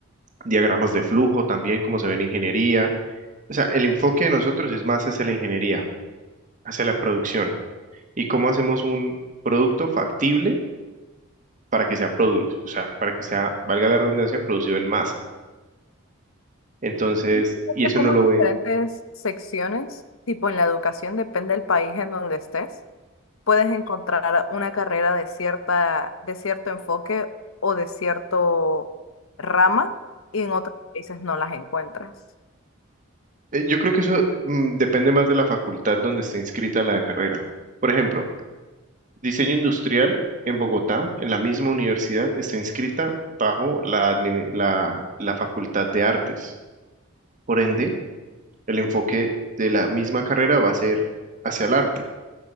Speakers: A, on the right; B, on the left.
A: diagramas de flujo también, como se ve en ingeniería. O sea, el enfoque de nosotros es más hacia la ingeniería, hacia la producción y cómo hacemos un producto factible para que sea produ- o sea, para que sea, valga la redundancia, producido en masa. Entonces,
B: Esto
A: y eso
B: como
A: no lo
B: diferentes
A: ve.
B: secciones, tipo en la educación, depende del país en donde estés, puedes encontrar una carrera de cierta, de cierto enfoque o de cierto rama, y en otros países no las encuentras.
A: Eh, Yo creo que eso mm, depende más de la facultad donde está inscrita la carrera. Por ejemplo, diseño industrial en Bogotá, en la misma universidad, está inscrita bajo la, admini- la, la facultad de artes. Por ende, el enfoque de la misma carrera va a ser hacia el arte.